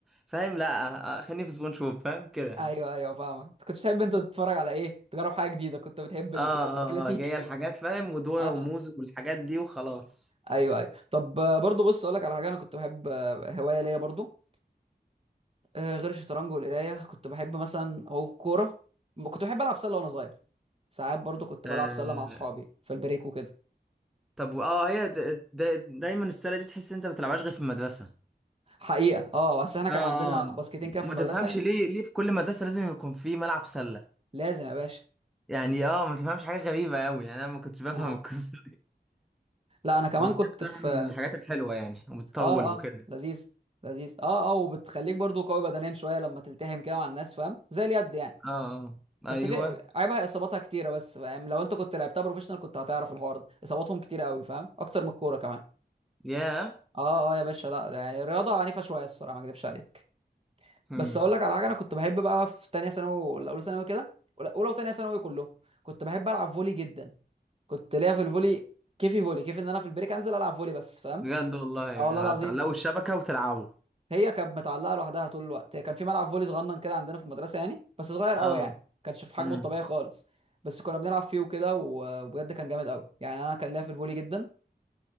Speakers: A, in the centre; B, on the right.
A: فاهم لا خليني في سبونج بوب فاهم كده يعني
B: ايوه ايوه فاهمك انت كنت بتحب انت تتفرج على ايه تجرب حاجه جديده كنت بتحب الكلاسيك
A: اه اه
B: كلاسيكي
A: اه هي الحاجات فاهم ودورة
B: اه
A: وموز والحاجات دي وخلاص
B: ايوه ايوه طب آه، برضو بص اقول لك على حاجه انا كنت بحب آه، هوايه ليا برضو آه، غير الشطرنج والقرايه كنت بحب مثلا او كوره م- كنت بحب العب سله وانا صغير ساعات برضو كنت بلعب
A: آه
B: سله مع اصحابي في البريك وكده
A: طب اه هي د... د... دايما السله دي تحس إن انت ما بتلعبهاش غير في المدرسه
B: حقيقه اه بس احنا كان
A: اه
B: عندنا
A: اه
B: باسكتين كده
A: ما
B: في المدرسه
A: تفهمش
B: يعني
A: ليه ليه في كل مدرسه لازم يكون في ملعب سله
B: لازم يا باشا
A: يعني اه ما تفهمش حاجة غريبة قوي يعني انا ما كنتش بفهم
B: اه
A: القصة دي
B: لا انا كمان
A: بس
B: كنت
A: دي اكتر
B: في
A: من الحاجات الحلوة يعني وبتطول
B: اه
A: وكده
B: اه لذيذ لذيذ اه اه وبتخليك برضو قوي بدنيا شويه لما تلتحم كده مع الناس فاهم زي اليد يعني
A: اه اه
B: بس
A: ايوه
B: في عيبها اصاباتها كتيره بس فاهم لو انت كنت لعبتها بروفيشنال كنت هتعرف الحوار ده اصاباتهم كتيره قوي فاهم اكتر من الكوره كمان
A: يا
B: اه اه يا باشا لا لا، يعني رياضه عنيفه شويه الصراحه ما اكذبش عليك
A: مم.
B: بس اقول لك على حاجه انا كنت بحب بقى في تانية ثانوي ولا اولى ثانوي كده ولا اولى وتانية ثانوي كلهم كنت بحب العب فولي جدا كنت ليا في الفولي كيفي فولي كيف ان انا في البريك انزل العب فولي بس فاهم
A: بجد والله
B: اه والله العظيم
A: بتعلقوا الشبكة وتلعبوا
B: هي كانت متعلقه لوحدها طول الوقت هي كان في ملعب فولي صغنن كده عندنا في المدرسه يعني بس صغير قوي
A: اه
B: يعني ما كانش في حجمه
A: امم
B: الطبيعي خالص بس كنا بنلعب فيه وكده و- وبجد كان جامد قوي يعني انا كان ليا في الفولي جدا